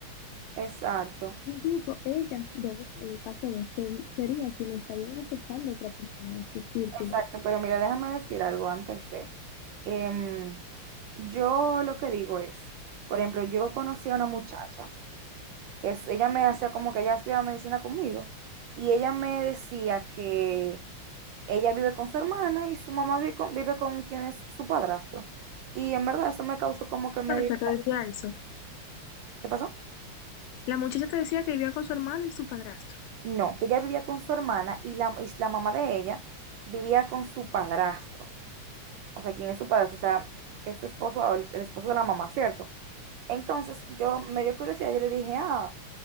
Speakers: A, on the right; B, on the left.
A: Exacto.
B: Incluso ellas dos, en caso de ser, sería quienes estarían aceptando a otra persona en su círculo.
A: Exacto, pero mira, déjame decir algo antes de. Em, yo lo que digo es, por ejemplo, yo conocí a una muchacha que es- ella me hacía como que ella estudiaba medicina conmigo y ella me decía que ella vive con su hermana y su mamá vive con, vive con quien es su padrastro. Y en verdad eso me causó como que me...
B: La muchacha te decía eso.
A: ¿Qué pasó?
B: La muchacha te decía que vivía con su hermano y su padrastro.
A: No, que ella vivía con su hermana y la, y la mamá de ella vivía con su padrastro. O sea, ¿quién es su padrastro? O sea, que es su esposo, el el esposo de la mamá, ¿cierto? Entonces, yo me dio curiosidad, yo le dije, ah,